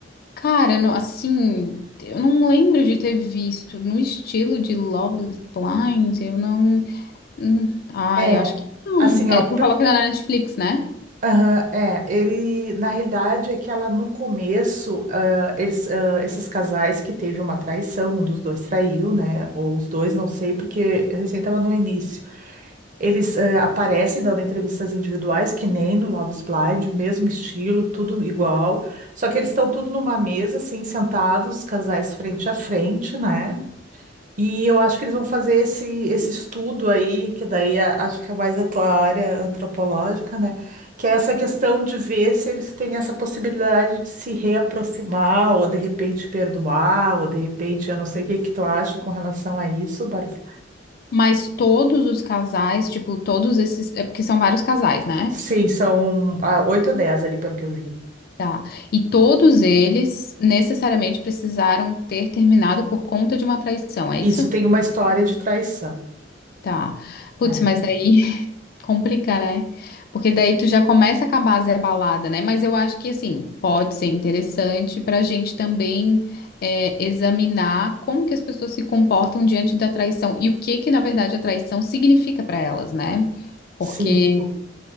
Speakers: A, on the left; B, on the right.
A: cara, não- assim, eu não lembro de ter visto no estilo de Love is Blind, eu não. hum, ai,
B: É,
A: acho que não.
B: assim,
A: É,
B: ó.
A: tu falou que era na Netflix, né?
B: Aham, é, ele, na realidade, é que ela no começo, ah, eles, ah, esses casais que teve uma traição, um dos dois traiu, né, ou os dois, não sei, porque recém estava no início, eles ah, aparecem dando entrevistas individuais, que nem no Love is Blind, mesmo estilo, tudo igual, só que eles estão tudo numa mesa, assim, sentados, os casais frente a frente, né, e eu acho que eles vão fazer esse, esse estudo aí, que daí a- acho que é mais a tua área antropológica, né? Que é essa questão de ver se eles têm essa possibilidade de se reaproximar, ou de repente perdoar, ou de repente, eu não sei o que que tu acha com relação a isso, Bárbara.
A: Mas todos os casais, tipo, todos esses. É porque são vários casais, né?
B: Sim, são ah, oito ou dez ali, pelo que eu vi.
A: Tá. E todos eles necessariamente precisaram ter terminado por conta de uma traição, é
B: Isso
A: isso?
B: tem uma história de traição.
A: Tá. Putz,
B: É.
A: mas daí <laughs> complica, né? Porque daí tu já começa com a base a abalada, né? Mas eu acho que, assim, pode ser interessante para a gente também é, examinar como que as pessoas se comportam diante da traição e o que que, na verdade, a traição significa para elas, né? Porque,
B: Sim. o-